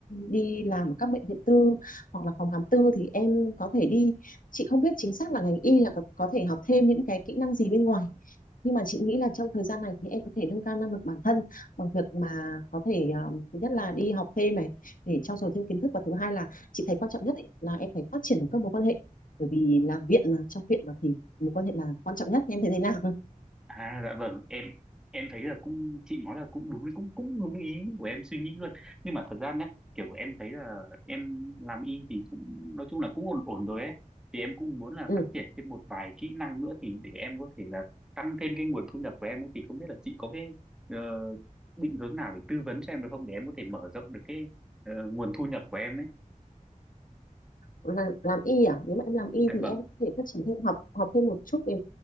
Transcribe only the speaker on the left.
đi làm ở các bệnh viện tư hoặc là phòng khám tư thì em có thể đi chị không biết chính xác là ngành y là có, có thể học thêm những cái kỹ năng gì bên ngoài nhưng mà chị nghĩ là trong thời gian này thì em có thể nâng cao năng lực bản thân bằng việc mà có thể ờ, thứ nhất là đi học thêm này để trau dồi thêm kiến thức và thứ hai là chị thấy quan trọng nhất ấy, là em phải phát triển được các mối quan hệ bởi vì làm viện là trong viện mà thì mối quan hệ là quan trọng nhất em thấy thế nào
<laughs>
làm làm y à nếu mà em làm y
thì
em có thể phát triển thêm học học thêm một chút về